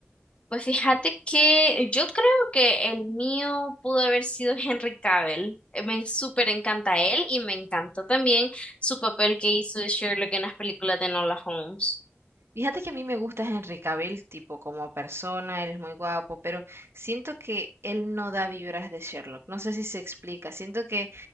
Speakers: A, on the left; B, on the right.
A: Pues fíjate que yo creo que el mío pudo haber sido <laughs> Henry Cavill. Eh, Me súper encanta él y me encantó también su papel que hizo de Sherlock en las películas de Nola Holmes.
B: Fíjate que a mí me gusta Henry Cavill, tipo como persona, él es muy guapo, pero siento que él no da vibras de Sherlock. No sé si se explica. Siento que